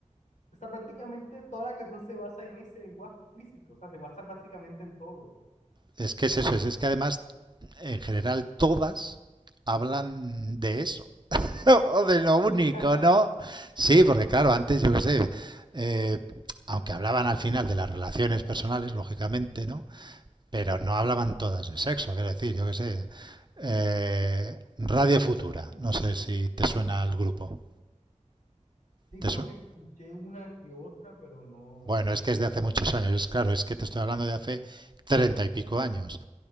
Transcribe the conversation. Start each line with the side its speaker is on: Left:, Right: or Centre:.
Left: O sea, prácticamente toda la canción se basa en ese lenguaje explícito, o sea, se basa básicamente en todo.
Right: Es que es eso, es, es que además, en general, todas hablan de eso. <laughs> o de lo único,
Left: <laughs>
Right: ¿no? Sí, porque claro, antes yo qué sé, eh, aunque hablaban al final de las relaciones personales, lógicamente, ¿no? Pero no hablaban todas de sexo, quiero decir, yo qué sé. eh, Radio Futura, no sé si te suena al grupo.
Left: Sí,
Right: ¿Te
Left: creo
Right: suena?
Left: que escuché una que otra, pero no.
Right: Bueno, es que es de hace muchos años, es claro, es que te estoy hablando de hace treinta y pico años.